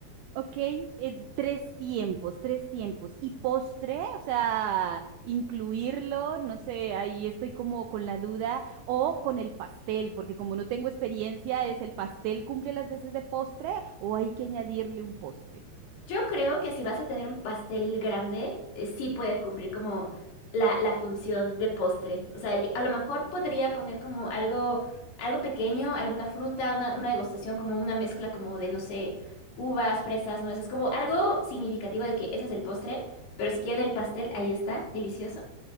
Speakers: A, on the right; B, on the left.
A: Ok, eh, tres tiempos, tres tiempos. ¿Y postre? O sea, incluirlo, no sé, ahí estoy como con la duda. O con el pastel, porque como no tengo experiencia, ¿es el pastel cumple las veces de postre o hay que añadirle un postre?
B: Yo creo que si vas a tener un pastel grande, eh, sí puede cumplir como la, la función de postre. O sea, yo a lo mejor podría poner como algo, algo pequeño, alguna fruta, una, una degustación, como una mezcla como de, no sé, uvas, fresas, nueces, como algo significativo de que ese es el postre, pero si quieren el pastel, ahí está, delicioso.